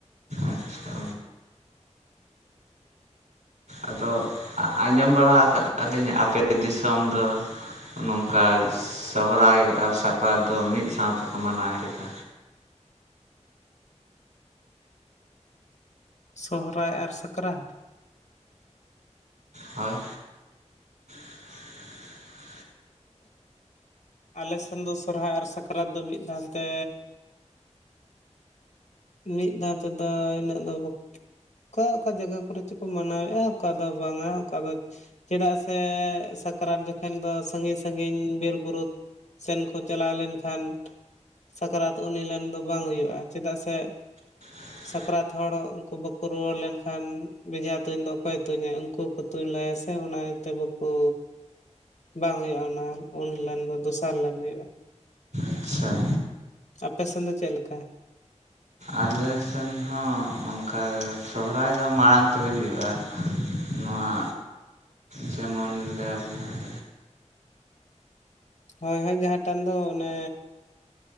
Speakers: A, on the right; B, on the left.
A: ᱟᱪᱪᱷᱟ ᱟᱫᱚ ᱟᱸᱡᱚᱢ ᱵᱟᱲᱟ ᱠᱟᱜᱼᱟ ᱞᱤᱧ ᱟᱯᱮ ᱫᱤᱥᱚᱢ ᱫᱚ ᱱᱚᱝᱠᱟ ᱚᱱᱠᱟ ᱥᱚᱦᱨᱟᱭ ᱟᱨ ᱥᱟᱠᱨᱟᱛ ᱫᱚ ᱢᱤᱫ ᱥᱟᱶᱛᱮᱠᱚ ᱢᱟᱱᱟᱣᱮᱫᱟ
B: ᱥᱚᱦᱨᱟᱭ ᱟᱨ ᱥᱟᱠᱨᱟᱛ,
A: ᱦᱳᱭ <inaudible>
B: ᱟᱞᱮ ᱥᱮᱱ ᱫᱚ ᱥᱚᱨᱦᱟᱭ ᱟᱨ ᱥᱟᱠᱨᱟᱛ ᱫᱚ ᱢᱤᱫ ᱫᱷᱟᱱᱛᱮᱻ ᱢᱤᱫ ᱫᱷᱟᱣ ᱛᱮᱫᱚ ᱤᱱᱟᱹᱜ ᱫᱚ ᱚᱠᱟ ᱚᱠᱟ ᱡᱟᱭᱜᱟ ᱠᱚᱨᱮ ᱪᱚᱠᱚ ᱢᱟᱱᱟᱣᱮᱫᱼᱟ ᱚᱠᱟ ᱫᱚ ᱵᱟᱝᱟ ᱚᱠᱟ ᱫᱚ ᱪᱮᱫᱟᱜ ᱥᱮ ᱥᱟᱠᱨᱟᱛ ᱡᱚᱠᱷᱚᱱ ᱫᱚ ᱥᱟᱺᱜᱤᱧ ᱥᱟᱺᱜᱤᱧ ᱵᱤᱨᱼᱵᱩᱨᱩ ᱥᱮᱱ ᱠᱚ ᱪᱟᱞᱟᱣ ᱞᱮᱱᱠᱷᱟᱱ ᱥᱟᱠᱨᱟᱛ ᱩᱱᱦᱤᱞᱱ ᱫᱚ ᱵᱟᱝ ᱦᱩᱭᱩᱜᱼᱟ ᱪᱮᱫᱟᱜ ᱥᱮ
A: <inaudible>
B: ᱥᱟᱠᱨᱟᱛ ᱦᱚᱲ ᱩᱱᱠᱩ ᱵᱟᱠᱚ ᱨᱩᱭᱟᱹᱲ ᱞᱮᱱᱠᱷᱟᱱ ᱵᱮᱡᱷᱟ ᱛᱩᱧ ᱫᱚ ᱚᱠᱚᱭᱮ ᱛᱩᱧᱟ ᱩᱱᱠᱩ ᱛᱩᱧ ᱞᱟᱭᱟ ᱥᱮ ᱚᱱᱟ ᱤᱭᱟᱹᱛᱮ ᱵᱟᱠᱚ ᱵᱟᱝ ᱦᱩᱭᱩᱜᱼᱟ ᱚᱱᱟ ᱩᱱᱞᱮᱱ ᱫᱚ ᱫᱚᱥᱟᱨ ᱞᱮᱱ ᱦᱩᱭᱩᱜᱼᱟ
A: ᱟᱪᱷᱟ
B: ᱟᱯᱮᱥᱮᱱ ᱫᱚ ᱪᱮᱫ ᱞᱮᱠᱟ
A: ᱟᱞᱮ ᱥᱮᱱ ᱦᱚᱸ ᱚᱱᱠᱟ ᱥᱚᱦᱨᱟᱭ ᱫᱚ ᱢᱟᱲᱟᱝ ᱛᱮᱜᱮ ᱦᱩᱭᱩᱜᱼᱟ ᱱᱚᱣᱟ ᱡᱮᱢᱚᱱ ᱞᱟᱹᱭᱟᱵᱚᱱ
B: ᱦᱳᱭ ᱦᱳᱭ ᱡᱟᱦᱟᱸ ᱴᱟᱱ ᱫᱚ ᱚᱱᱮ